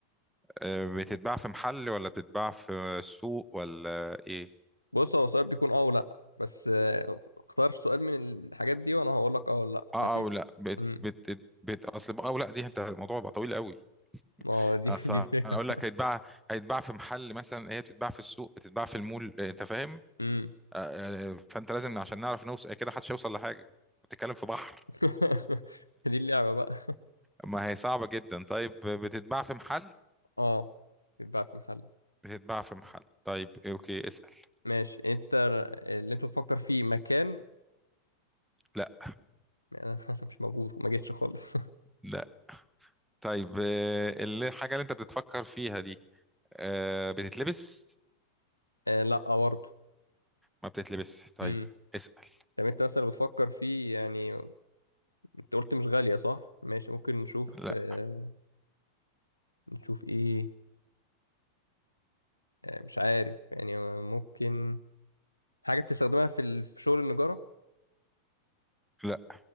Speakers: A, in the centre; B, on the left.
A: آه، بتتباع في محل ولا بتتباع في سوق ولا ايه
B: بص هو سؤال بيكون اه ولا بس آه، اختار سؤال من الحاجات دي وانا هقول لك اه ولا لا
A: اه
B: ماشي
A: او لا بت
B: امم
A: بت بت اصل او لا دي انت الموضوع بقى طويل قوي
B: ما هو دي
A: اصل
B: <laughs> دي الفكره
A: انا اقول لك هيتباع هيتباع في محل مثلا هي بتتباع في السوق بتتباع في المول آه، انت فاهم
B: امم
A: آه، آه، فانت لازم عشان نعرف نوصل كده محدش هيوصل لحاجة بتتكلم في بحر
B: <laughs> دي اللعبه بقى
A: ما هي صعبة جدا طيب بتتباع في محل
B: اه بيتباع في محل
A: بتتباع في محل طيب اوكي اسأل
B: ماشي انت اللي انت بتفكر فيه مكان
A: لا
B: <laughs> انا مش موجود ما جيتش خالص
A: لا طيب آه، اللي- الحاجة اللي انت بتتفكر فيها دي آه، بتتلبس
B: <laughs> آه لا برضه
A: ما بتتلبس طيب
B: امم
A: اسأل
B: طب انت مثلا بتفكر فيه يعني انت قلت مش غاليه صح ماشي ممكن نشوف
A: لا
B: آه نشوف ايه آه مش عارف يعني ممكن حاجه بتستخدمها في ال- في شغل النجاره
A: لا